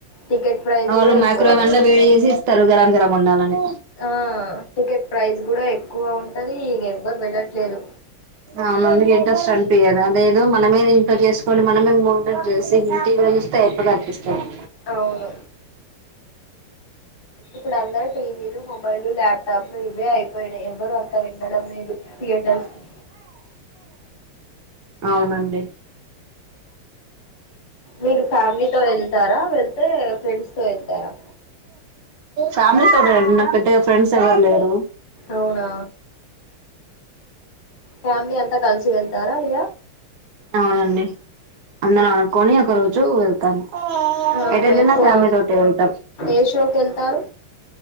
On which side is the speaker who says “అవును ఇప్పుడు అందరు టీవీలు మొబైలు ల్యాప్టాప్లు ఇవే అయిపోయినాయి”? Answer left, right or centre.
Left